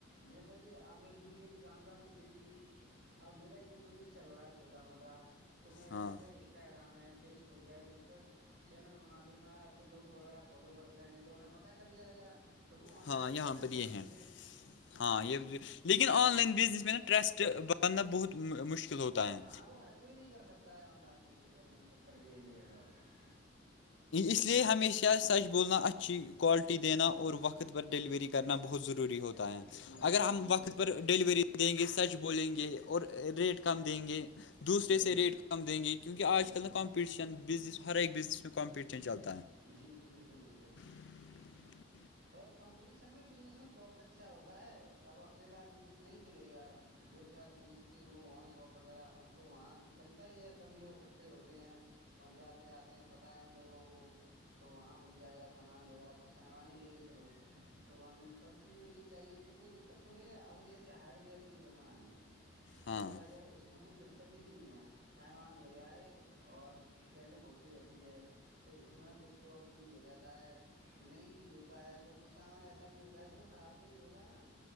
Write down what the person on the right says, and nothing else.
جیسے کہ اب ایک دوسرے کی جانکاری ملے گی اب میرا ایک کو بزنس چل رہا ہے چھوٹا موٹا تو میں
ایس انسٹاگرام ہے فیس بک ہے اس پہ چینل بنا دوں گا تو لوگ وغیرہ فالو کر لیں گے تو تو انہیں پتہ چل جائے گا تو وہ آن
لائن
کر دیں
گے
وہیں
سے
ہاں وہ ہر کوئی نہیں کر سکتا ہے آن لائن بجنس سے مین چک کری یہ سر
اتنی
ضروری
تو ہوتا
ہے
جی جی
جی
جی
جی جی بالکل بالکل
اور کمپٹیشن میں بجنس میں پروفٹ اچھا ہوتا ہے اب اکیلا بزنس نہیں چلے گا دو چار بزنس کے وہ ہوں شاپ وغیرہ ہوں تو وہاں تو چلتا ہی ہے سبھی لوگ اککھٹھے ہوتے ہیں وہہ جاتے آتے ہیں پتہ ہے ان لوگوں کو تو وہاں مل جائے گا سامان وغیرہ کچھ سامان ہی لے کے چلو تو وہاں سب چیز ملنی چاہی گی تو کوئی دقت ہو رہی ہے اب جیسے ہارڈ ویئر کی دکان ہے
ایک فائر اس اس میں کوئی دقت ہی نہیں ہے سیمان لے آئے اور سیلنگ ہوتی رہتی ہے تو اس میں کچھ پروفٹ بھی ہو جاتا ہے نہیں بھی ہوتا ہے تو کچھ سامان ایسا بھی ہوتا ہے اس میں خراب تو نہیں ہوگا نا